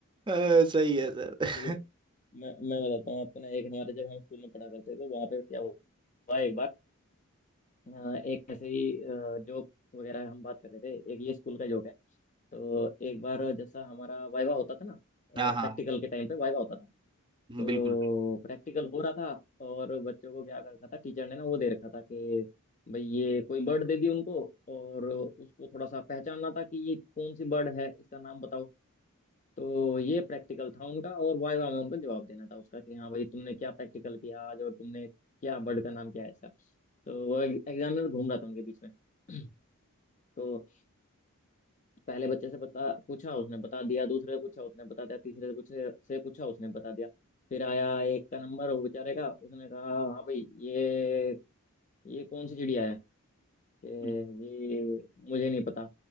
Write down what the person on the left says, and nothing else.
चलो मैं मैं बताता हूँ आपको ना एक हमारे जब हम स्कूल में पढ़ा करते थे तो वहाँ पे क्या हुआ एक बार अ, एक ऐसे ही जोक वगैरह हम बात कर रहे थे एक ये स्कूल का जोक है तो एक बार जैसा हमारा वाइवा होता था ना प्रैक्टिकल
के टाइम पे वाइवा होता था तो
प्रैक्टिकल हो रहा था और बच्चों को क्या कर रखा था टीचर ने ना वो दे रखा था कि भाई ये कोई बर्ड दे दी उनको और उसको थोड़ा सा पहचानना था कि ये कौन सी बर्ड है इसका नाम बताओ तो ये प्रैक्टिकल था उनका और वाइवा में उनको जवाब देना था उसका कि हाँ भाई तुमने क्या प्रैक्टिकल किया आज और तुमने क्या बर्ड का नाम क्या है इसका तो वो एग्जामिनर घूम रहा था उनके बीच में <clears throat> तो पहले बच्चे से बता पूछा उसने बता दिया दूसरे से पूछा उसने बता दिया तीसरे से पूछे से पूछा उसने बता दिया फिर आया एक का नंबर वो बेचारे का उसने कहा हाँ भाई ये ये कौन सी चिड़िया है कि
ये मुझे नहीं पता